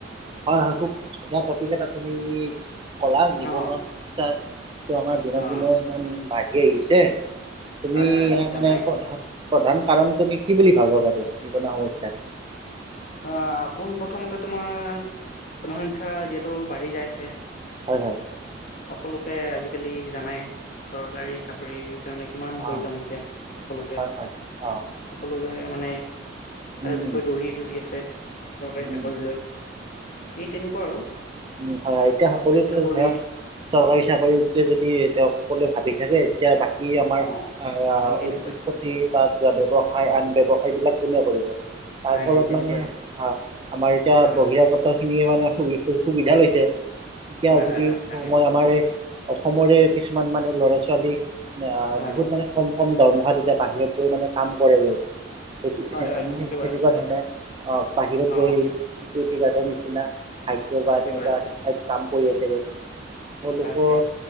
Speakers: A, on the right; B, on the left.
A: হয়ঁ হয়ঁ খুব ধুনীয়া টপিকত এটা তুমি ক'লা নিবনুৱা
B: অ
A: সমস্যাৰ- ত আমাৰ দিনক
B: অ
A: দিনে ইমান বাঢ়ি আহিছে তুমি
B: হয়
A: ইয়াৰ
B: হয় জানাই
A: মানে প্ৰধান- প্ৰধান কাৰণ তুমি কি বুলি ভাবা বাৰু নিবনা সমস্যাত।
B: অঁ পোন প্ৰথমতে তোমাৰ জনসংখ্যা যিহেতু বাঢ়ি যাই আছে।
A: হয়ঁ হয়ঁ।
B: সকলোকে আজি কালি জানাই চৰকাৰী চাকৰি কাৰণে- কিমান প্ৰয়োজন
A: অঁ
B: হৈছে সকলোকে,
A: হয় হয় অঁ
B: সকলোকে মানে।
A: উম
B: তাৰ বিষয়ে
A: উম
B: দৌৰি দৌৰি আছে চৰকাৰী
A: উম
B: চাকৰিলৈ এই তেনেকুৱা আৰু।
A: উমঁ হয়ঁ এতিয়া
B: চৰকাৰী
A: সকলোতো
B: চাকৰি
A: ধৰা- চৰকাৰী চাকৰিতোকে যদি তেওঁক কলে ভাবি থাকে- এতিয়া বাকী আমাৰ
B: অ
A: আহ
B: এই তেনেকুৱাই
A: উদ্যোগ প তি বা ব্যৱসায় আন ব্যৱসায় বিলাক কোনে কৰিব, তাৰ
B: নাই
A: ফলত
B: নাই তেনেকুৱাই
A: মানে - আমাৰ এতিয়া
B: অ
A: বহিৰাগ ত খিনিয়ে মানে সু সুবিধা লৈছে, এতিয়া
B: হয়
A: যদি
B: হয় হয় তাকেইতো
A: ক‌ও মই আমাৰ এই - অসমৰে কিছুমান মানে ল'ৰা ছোৱালী আহ
B: হয়
A: বহুত মানে কম - কম দৰমহাত এতিয়া বাহিৰত গৈ মানে কাম কৰেগৈ। যদি
B: হয়
A: সে সেনেকুৱা
B: হয় একেবাৰে সঁচা
A: ধৰণৰ অ বাহিৰত -
B: অ
A: ছি ছিকিউৰিটি গাৰ্ডৰ নিচিনা হাইদ্ৰাবাদ
B: একেবাৰে
A: তেনেকুৱা আদি ঠাইত কাম কৰি আছে গৈ - তেওঁলোকৰ
B: আছে